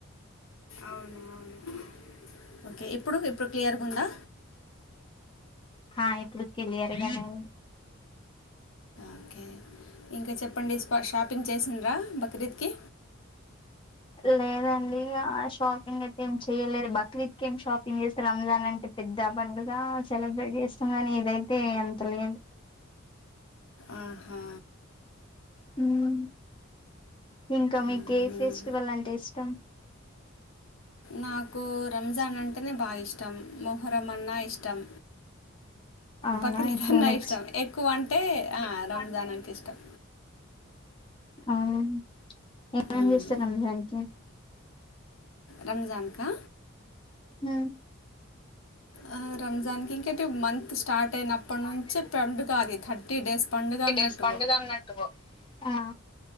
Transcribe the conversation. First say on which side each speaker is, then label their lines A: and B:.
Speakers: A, on the left; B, on the left.
A: అవును అవును ఓకే ఇప్పుడు ఇప్పుడు క్లియర్ గుందా
B: ఆ ఇప్పుడు కిలియర్గానే ఉంది
A: ఓకే ఇంకా చెప్పండి స్పా షాపింగ్ చేసిండ్రా బక్రీద్కి
B: లేదండి ఆ షాపింగ్ అయితే ఏం చేయలేదు. బక్రీద్కి ఏం షాపింగ్ చేస్తారు. రంజాన్ అంటే పెద్ద పండుగ సెలబ్రేట్ చేస్తాం గానీ ఇదైతే అంత లేదు
A: ఊ హు
B: హ్మ్ ఇంకా మీకే
A: మ్మ్.
B: ఫెస్టివల్ అంటే ఇష్టం
A: నాకు రంజాన్ అం టేనే బాగిష్టం మొహరం అన్నా ఇష్టం
B: అవునా
A: బక్రీదన్న
B: ఇప్పుడు నెక్స్ట్
A: ఇష్టం. ఎక్కువ అంటే ఆ
B: ఎక్కువ
A: రంజానంటే
B: అంటే
A: ఇష్టం
B: అవును. ఏమేం
A: మ్మ్.
B: చేస్తార్ రంజాన్కీ
A: రంజాన్కా
B: హూ
A: ఆ రమజాన్కి ఇంకే టుబ్ మంత్ స్ స్టార్ట్ అయినప్పనుంచి
B: స్టార్ట్ అయినాక
A: పెండుగ అది. థర్టీ డేస్ పండుగ
B: త్రీ
A: అన్నట్టు
B: డేస్ పండుగ అన్నట్టుగో ఆ